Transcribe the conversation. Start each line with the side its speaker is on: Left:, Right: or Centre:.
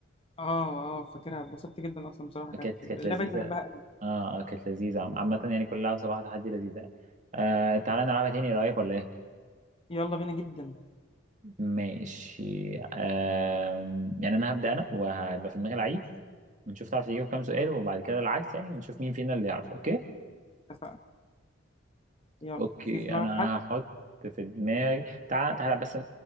Left: اه اه فاكرها اتبسطت جدا اصلا بصراحه كانت
Right: كانت
Left: اللعبه
Right: كانت لذيذه
Left: دي بحبها قوي
Right: اه اه كانت لذيذه عم- عامه يعني كل لعبه صباح تحدي لذيذه يعني آه تعالى نلعبها تاني ايه رايك ولا ايه
Left: يلا بينا جدا
Right: ماشي آه يعني انا هبدا انا وهيبقى في دماغي لعيب
Left: ماشي،
Right: ونشوف تعرف تجيب كام سؤال وبعد كده العكس يعني ونشوف مين فينا اللي يعرف اوكي
Left: اتفقنا يلا
Right: اوكي
Left: في دماغك
Right: انا
Left: حد
Right: هحط في دماغي تعال تعال بس